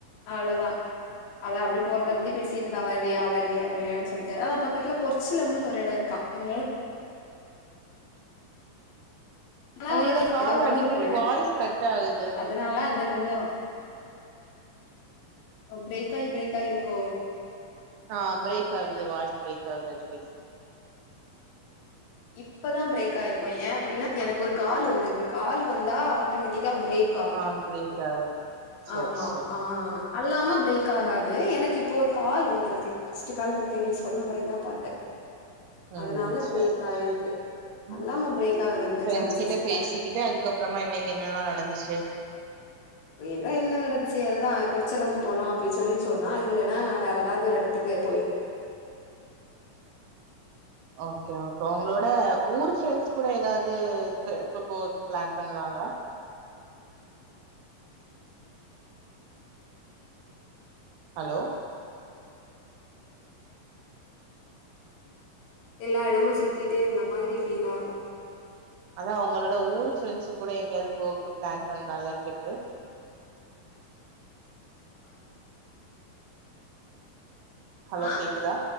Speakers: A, on the left; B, on the right.
A: அவ்ள தா அத அப்டி போறத பத்தி பேசிட்ருந்தா வருவியா வருவியா வருவியான் சொல்ட்டு ஆ பக்கத்துல பொற்ச்சிலம்புன் ஒரு எட இருக்கா அங்க ஆனா
B: உங்களோட
A: ஏதோ
B: கால்ல
A: ஏதோ
B: அடிக்கடி
A: ஊருக்குள்ள
B: வாய்ஸ் கட் ஆகுது
A: அதனால அது கொஞ்சோ ஒ பிரேக் ஆயி பிரேக் ஆயி இருக்கோ
B: ஆ பிரேக் ஆகுது வாய்ஸ் பிரேக் ஆகுது அடி க்கடி
A: இப்பதா பிரேக் ஆயிருக்கு ஏ‌ அப்டின்னா எனக்கொரு கால் வந்துருக்கு கால் வந்தா ஆட்டோமெட்டிக் கா பிரேக் ஆகு
B: ஆ பிரேக் ஆகுது சரி
A: ஆமா
B: சரி
A: ஆ அல்லாம பிரேக் ஆகாது எனக்கு இப்ப ஒரு கால் வந்துருக்கு மிஸ்ட்டு கால்ருக்கு நீ சொன்ன பிறகு தா பாத்தே
B: ம்
A: அதனால
B: சேரி
A: பிரேக் ஆயிருக்கு
B: ம்
A: அல்லாம பிரேக் ஆகுறதுக்கு
B: ஃப்ரெண்ட்ஸ்
A: சான்சஸ்
B: கிட்ட
A: இல்ல
B: பேசிக்கிட்டு அதுக்கப்புறமா இன்னைக்கு என்னெல்லா நடந்துச்சு
A: வேணுணா என்ன நடந்துச்சு அதுதா பொற்சிலம்பு போலா அப்படின்னு சொல்லி சொன்னா இல்லைன்னா வேற ஏதாவது ஒரு இடத்துக்கு போயி
B: ஓகே ஓகே உங்களோட ஊர் ஃப்ரெண்ட்ஸ் கூட ஏதாவது ட்ரிப் போறதுக்கு பிளான் பண்ணுவாங்கள ஹலோ
A: எல்லா இடமு சுத்திட்டே இருந்த மாரி ஃபீல் ஆகு
B: அதா உங்களோட ஊரு ஃப்ரெண்ட்ஸ்ஸு கூட எங்கேயாவது போக்கு பிளான் பண்றாங்களா ட்ரிப்பு
A: ஆஹ்
B: ஹலோ
A: ஆ
B: கேக்குதா